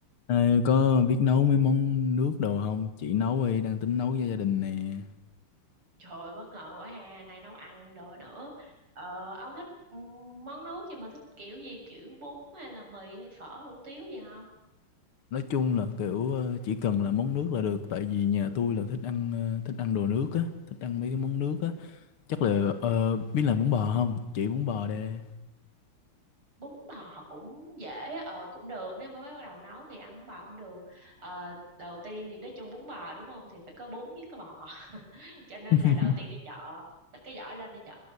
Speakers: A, on the left; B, on the right.
A: Ai có biết nấu mấy món nước đồ không? Chị nấu đi, đang tính nấu cho gia đình nè.
B: Trời bất ngờ quá ha, nay nấu ăn đồ nữa. Ờ, ông thích ừ, món nước nhưng mà thích kiểu gì kiểu bún hay là mì hay phở hủ tiếu gì không?
A: Nói chung là kiểu ờ, chỉ cần là món nước là được, tại vì nhà tôi là thích ăn ờ, thích ăn đồ nước á, thích ăn mấy cái món nước
B: Ừ.
A: á. Chắc là ờ, biết làm bún bò không? chị bún bò đê.
B: Bún bò cũng dễ, ờ cũng được nếu mới bắt đầu nấu thì ăn bún bò cũng được. Ờ, đầu tiên thì nói chung bún bò đúng không thì phải có bún với có bò. <laughs> Cho nên
A: <laughs>
B: là đầu tiên đi chợ, xách cái giỏ lên đi chợ